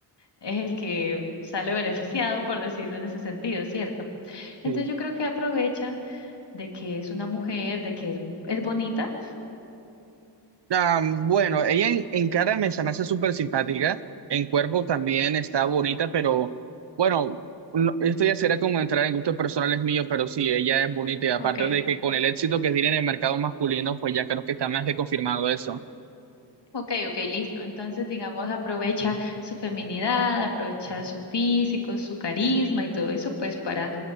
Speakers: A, on the left (about 75°); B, on the right (about 70°).
A: es el que sale beneficiado, por decirlo en ese sentido, ¿cierto? Entonces
B: sí.
A: yo creo que aprovecha de que es una mujer, de que es, es bonita.
B: Ah, bueno, ella en, en cara me se me hace súper simpática, en cuerpo también está bonita, pero bueno, no- esto ya será como entrar en gustos personales míos, pero sí, ella es bonita y aparte
A: Ok,
B: de que con el éxito que tiene en el mercado masculino, pues ya creo que está más que confirmado eso.
A: Ok, ok, listo. Entonces, digamos, aprovecha su feminidad, aprovecha su físico, su carisma y todo eso, pues para